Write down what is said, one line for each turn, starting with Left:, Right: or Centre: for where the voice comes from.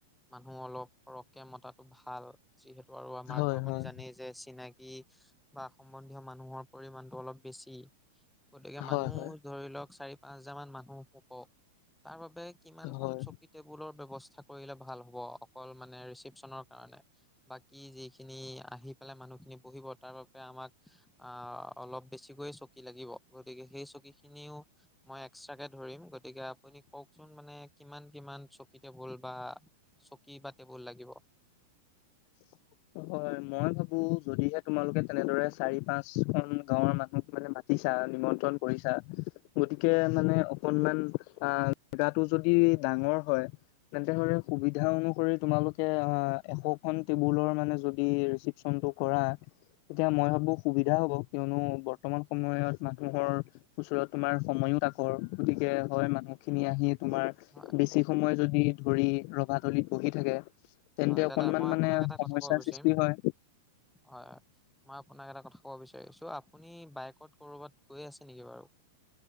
Centre: মানুহ অলপ সৰহকে মতাটো ভাল, যিহেতু আৰু আমাৰতো
Left: হয়
Centre: আপুনি
Left: হয়
Centre: জানেই যে চিনাকি ই বা সম্বন্ধীয় মানুহৰ পৰিমমানটো অলপ বেছি। গতিকে
Left: হয়
Centre: মানুহ
Left: হয়
Centre: ধৰি লওক, চাৰি, পাঁচ হাজাৰ মান মানুহ হ'ব, তাৰ বাবে কিমানখন
Left: হয়।
Centre: চকী টেবুলৰ ব্যৱস্থা কৰিলে ভাল হ'ব অকল মানে ৰিচিপ্যনৰ কাৰণে? বাকী যিখিনি আহি পেলাই মানুহখিনি বহিব, তাৰ বাবে আমাক আ' অলপ বেছিকৈয়ে চকী লাগিব, গতিকে সেই চকী খিনিও মই এক্সট্ৰাকে ধৰিম। গতিকে আপুনি কওকচোন মানে কিমান কিমান চকী টেবুল বা চকী বা টেবুল লাগিব।
Left: <unintelligible> হয় মই ভাবোঁ, যদিহে তোমালোকে তেনেদৰে চাৰি পাঁচ খন গাঁৱৰ মানুহক মানে মাতি তিচা নিমন্ত্ৰণ কৰিছা। গতিকে মানে অকনমান আ' জেগাটো যদি ডাঙৰ হয় তেন্তে হ'লে সুবিধা অনুসৰি তোমালোকে, আ, এশ খন টেবুলৰ মানে যদি ৰিচিপচন টো কৰা। এতিয়া মই ভাবোঁ সুবিধা হ'ব, কিয়নো বৰ্তমান সময়ত মানুহৰ ওচৰত তোমাৰ সময়ো তাকৰ। গতিকে, হয় মানুহ খিনি আহি তোমাৰ
Centre: হয়
Left: বেছি সময় যদি ধৰি ৰভা তলিত বহি থাকে তেন্তে
Centre: হয়,
Left: অকনমান
Centre: দাদা মই
Left: মানে
Centre: আপোনাক এটা
Left: সমস্যাৰ
Centre: কথা ক'ব বিচাৰিম,
Left: সৃষ্টি হয়
Centre: হয়, হয় মই আপোনাক এটা কথা ক'ব বিচাৰিছোঁ আছোঁ, আপুনি বাইকত ক'ৰবাত গৈ আছে নেকি বাৰু?